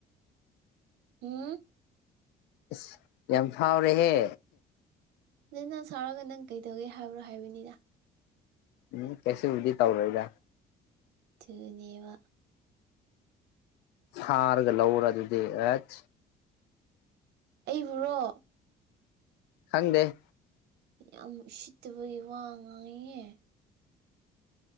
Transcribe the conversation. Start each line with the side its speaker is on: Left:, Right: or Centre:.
Right: ꯍꯨꯝ꯫
Left: ꯑꯁ ꯌꯥꯝ ꯐꯥꯎꯔꯦꯍꯦ꯫
Right: ꯅꯠꯇꯦ ꯅꯪ ꯁꯥꯎꯔꯒ ꯅꯪ ꯀꯩꯗꯧꯒꯦ ꯍꯥꯏꯕ꯭ꯔꯣ ꯍꯥꯏꯕꯅꯤꯗ꯫
Left: ꯎꯝ ꯀꯩꯁꯨꯕꯨꯗꯤ ꯇꯧꯔꯣꯏꯗ꯫
Right: ꯑꯗꯨꯅꯤꯕ꯫
Left: ꯍꯥꯔꯒ ꯂꯧꯔ ꯑꯗꯨꯗꯤ ꯑꯦꯠ꯫
Right: ꯑꯩꯕꯨꯨꯔꯣ꯫
Left: ꯈꯪꯗꯦ꯫
Right: ꯌꯥꯝ ꯁꯤꯠꯇꯕꯒꯤ ꯋꯥ ꯉꯥꯡꯉꯤꯌꯦ꯫